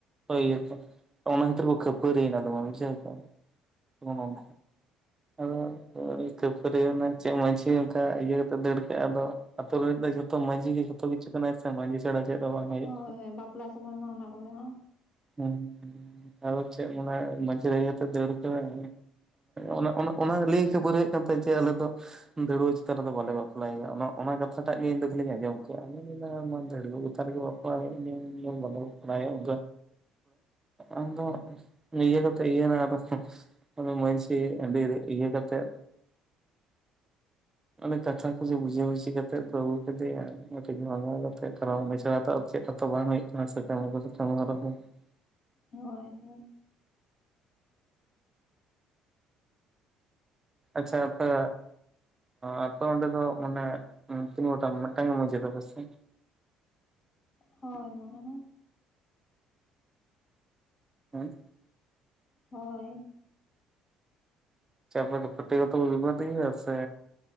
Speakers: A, on the right (about 20°); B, on the left (about 35°).
A: -- ᱚᱱᱟ ᱠᱷᱟᱹᱛᱤᱨ ᱠᱚ ᱠᱷᱟᱹᱯᱟᱹ ᱨᱤᱭᱮᱱᱟ ᱫᱚᱢᱮ ᱵᱩᱡᱷᱟᱹᱣ ᱠᱮᱜ ᱟᱢ ᱟᱫᱚ ᱠᱷᱟᱹᱯᱟᱹᱨᱤ ᱚᱱᱟ ᱪᱮᱫ ᱢᱟᱺᱡᱷᱤ ᱚᱱᱠᱟ ᱤᱭᱟᱹ ᱠᱟᱛᱮᱜ ᱫᱟᱹᱲ ᱠᱟᱜᱼᱟ ᱟᱫᱚ ᱟᱹᱛᱩ ᱨᱮᱱ ᱫᱚ ᱡᱷᱚᱛᱚ ᱢᱟᱺᱡᱷᱤ ᱜᱮ ᱡᱚᱛᱚ ᱠᱤᱪᱷᱩ ᱠᱟᱱᱟᱭ ᱥᱮ ᱢᱟᱡᱷᱤ ᱪᱷᱟᱨᱟ ᱪᱮᱫ ᱦᱚ ᱵᱟᱝ᱾ ᱦᱩᱭᱩᱜ
B: ᱦᱳᱭ ᱦᱳᱭ ᱵᱟᱯᱞᱟ ᱥᱚᱢᱚᱭ ᱢᱟ ᱚᱱᱟ ᱠᱚᱜᱮ ᱦᱟ
A: ᱦᱮᱸ ᱟᱫᱚ ᱪᱮᱫ ᱢᱟᱱᱮ ᱢᱟᱡᱷᱤ ᱞᱟᱹᱭ ᱠᱟᱛᱮ ᱫᱟᱲ ᱠᱮᱫᱟᱭ᱾ ᱚᱱᱟ ᱚᱱᱟ ᱞᱟᱹᱭ ᱠᱷᱟᱹᱵᱚᱨ ᱦᱩᱭᱩᱜ ᱠᱟᱱ ᱛᱟᱭ ᱡᱮ ᱟᱞᱮ ᱫᱚ ᱫᱟᱹᱨᱩᱣᱟᱹ ᱪᱮᱛᱟᱱ ᱨᱮᱫᱚ ᱵᱟᱞᱮ ᱵᱟᱯᱞᱟᱭᱟ ᱚᱱᱟ ᱠᱟᱛᱷᱟᱴᱟᱜ ᱜᱮ ᱤᱧ ᱠᱷᱟᱹᱞᱤᱧ ᱟᱸᱡᱚᱢ ᱠᱮᱜᱼᱟ, ᱟ ᱢᱮᱱᱫᱟ ᱠᱚᱛ ᱜᱮ ᱵᱟᱯ <unintelligible> ᱢᱚᱱ ᱟᱫᱚ ᱱᱤᱭᱟᱹ ᱠᱟᱛᱮᱜᱮ ᱟᱫᱚ ᱟᱫᱚ ᱢᱟᱡᱷᱤ ᱟᱰᱤ ᱤᱭᱟ ᱠᱟᱛᱮᱼᱼ ᱚᱱᱮ ᱠᱟᱛᱷᱟ ᱠᱚ ᱡᱮ ᱵᱩᱡᱷᱟᱹᱣᱩᱡᱤ ᱠᱟᱛᱮᱫ ᱫᱚ ᱟᱹᱜᱩ ᱠᱮᱫᱮᱭᱟ ᱠᱟᱹᱴᱤᱡ ᱵᱷᱟᱜᱟᱣ ᱠᱟᱛᱮ ᱛ ᱩᱱᱤᱚᱱᱮ ᱪᱮᱲᱟᱣ ᱪᱮᱫ? ᱚ ᱵᱟᱝ ᱦᱩᱭᱩᱜ ᱠᱟᱱᱟ ᱥ <unintelligible>
B: ᱦᱳᱭ ᱦᱳᱭ᱾
A: ᱟᱪᱪᱷᱟ ᱟᱯᱮᱼᱼ ᱟᱯᱮ ᱚᱸᱰᱮ ᱫᱚ ᱢᱟᱱᱮ ᱛᱤᱱ ᱜᱚᱴᱟᱝ ᱢᱤᱫᱴᱟᱝ ᱜᱮ ᱢᱟᱡᱷᱤ ᱛᱟᱯᱮᱥᱮ?
B: ᱦᱳᱭ ᱢᱚᱱᱮ ᱦᱚᱸ᱾
A: ᱦᱮᱸ
B: ᱦᱳᱭ᱾
A: ᱪᱟᱯ ᱫᱚ ᱯᱟᱴᱤ ᱜᱚᱛ ᱠᱚ ᱵᱤᱵᱟᱫ ᱜᱮᱭᱟ ᱥᱮ